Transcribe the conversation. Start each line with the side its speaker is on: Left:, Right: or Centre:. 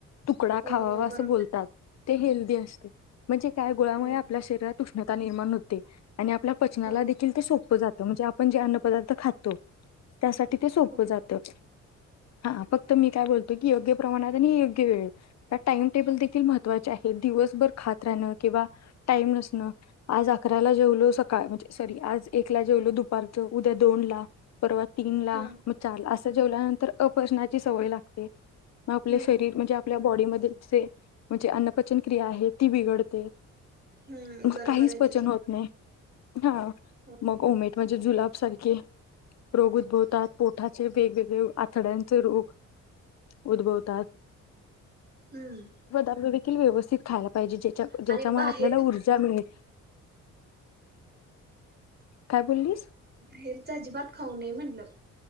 Left: तुकडा
Right: हो
Left: खावावा
Right: हो
Left: अस
Right: बरोबर
Left: बोलतात ते हेल्दी असते म्हणजे काय गोळामुळे
Right: हो
Left: आपल्या शरीरा ष्ण निण हो आणि आपल्याचना
Right: हो
Left: सोात म्हणजे आपण जे अन्न पदार्थ खातो त्यासाठी ते सोपं
Right: हो
Left: जातं हा फक्त मी काय बोलतो की योग्य प्रमाणात आणि योग्य वेळ टाइमटेबल देखील मह दिवसभर खात राहण किंवा टाईम नसणं आज अकराला जेवलो सकाळ म्हणज सॉरी आज एकला जेवलो दुपारच उद्या दोन ला परवा तीन ला
Right: हा
Left: मग चार ला असं जेवल्यानंतर अपजनाची सवय लागते मग आपले
Right: हम्म
Left: शरीर म्हणजे आपल्या बॉडीमध्ये जे म्हणजे अन्नपचन क्रिया आहे ती बिघडते
Right: हम्म
Left: मग
Right: बरोबर
Left: काहीच
Right: आहे
Left: पचन
Right: तुझं
Left: होत नाही हा
Right: हो
Left: मग मेट म्हणजे जुलाब सारखे रोग उद्भवतात पोठाचे वेगवेगळे आथड्यांचे रोग उद्भवतात
Right: हम्म
Left: व्यवस्ित खायला पाजे ज्याच्यामुळे
Right: आणि बाहेर
Left: आपल्याला ऊर्जा मिळेल काय बोललीस
Right: हेरच अजिबात खाऊ नये म्हंटलं